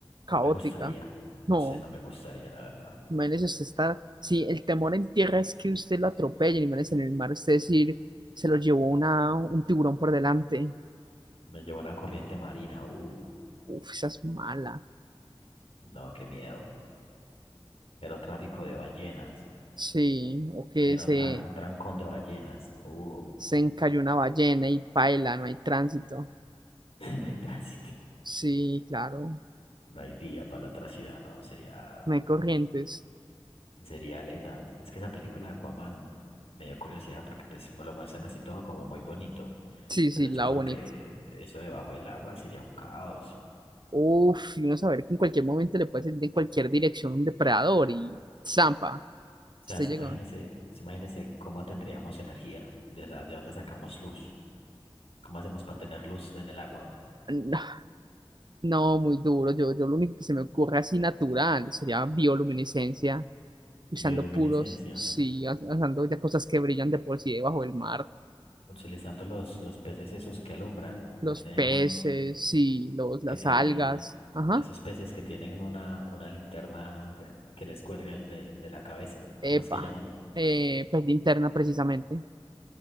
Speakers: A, on the right (about 50°); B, on the left (about 90°).
A: caótica.
B: no me gustaría, no
A: No,
B: sé, no me gustaría, la verdad.
A: imagínese usted estar. Sí, el temor en tierra es que usted lo atropellen, imagínese en el mar, usted decir, se lo llevó una, un tiburón por delante.
B: Me llevó una corriente marina, uh,
A: Uf, esa es mala.
B: no, qué miedo. Pero tráfico de ballenas,
A: Sí, o que
B: mira,
A: se,
B: un, tra- un trancón de ballenas, uh,
A: se encalló una ballena y paila, no hay tránsito.
B: <laughs> no hay tránsito,
A: Sí, claro,
B: no hay vía para la otra ciudad, no, sería...
A: no hay corrientes.
B: Sería Aleta. Es que esa película de Aquaman me dio curiosidad porque pues me lo muestran así todo como muy bonito.
A: Sí,
B: Pero
A: sí,
B: yo
A: lado
B: creo
A: bonito.
B: que eso debajo del agua sería un caos. O
A: Uf, y uno saber que en cualquier momento le puede salir de cualquier dirección un depredador y zampa.
B: sea,
A: Usted
B: se
A: llegó.
B: imagínese, se imagínese cómo tendríamos energía, de, o sea, de dónde sacamos luz, cómo hacemos para tener luz en el agua.
A: <sighs> No, no, muy duro. Yo, yo lo único que se me ocurre así natural sería bioluminiscencia, usando
B: Bioluminiscencia,
A: puros, sí, us- usando ya cosas que brillan de por sí debajo del mar.
B: utilizando los, los peces esos que alumbran,
A: Los
B: que tienen
A: peces,
B: un,
A: sí, los, las
B: que tienen,
A: algas. Ajá.
B: esos peces que tienen una, una linterna que les cuelga el de, de la cabeza.
A: Epa,
B: ¿Cómo es que llaman?
A: eh, pues linterna precisamente.